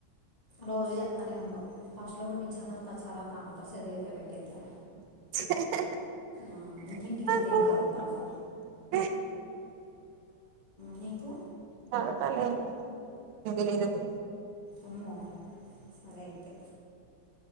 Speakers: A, on the left (about 25°); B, on the right (about 90°).
A: రోజు చెప్తనే ఉండవు హాస్టల్లో గు నుంచి చదువుతా చదవుతా అంతా చదివదిలే పెట్టేదిలే
B: ఆ
A: ఆ, ఇంటికి వెళ్తే ఏం చదువుతావా నీకు
B: చదువుతలే ఇదిలి ఇది పో
A: అమ్మో సరే అయితే